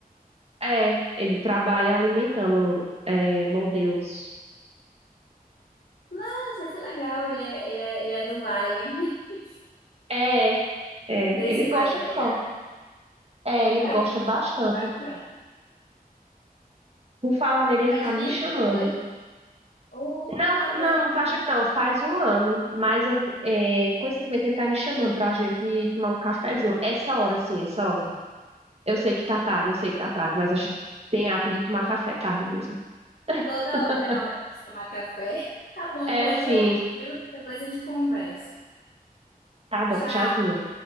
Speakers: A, on the right; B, on the left.
A: É, ele trabalha alimentando é, modelos.
B: Nossa, que legal, ele é, ele é, ele é do Vale, <laughs>
A: É, é,
B: desse
A: ele gosta
B: Vale da
A: que só.
B: Iara.
A: É, ele
B: É,
A: gosta bastante.
B: bacana.
A: Por falar nele, ele
B: Faz
A: tá me
B: tempo,
A: chamando.
B: foi? Oh,
A: Não,
B: tá
A: fa- não,
B: bom,
A: não
B: então.
A: faz tempo não, faz um ano, mas eu, vou- é, coincidentemente ele tá me chamando pra gente tomar um cafezinho. Essa hora, sim, essa hora. Eu sei que tá tarde, eu sei que tá tarde, mas acho que tem hábito de tomar café tarde mesmo.
B: Toda
A: <laughs>
B: hora é hora para tomar café. <laughs> Tá bom,
A: É,
B: pode
A: sim.
B: ir lá, viu? Depois a gente conversa.
A: Tá bom,
B: Tchau.
A: tchauzinho.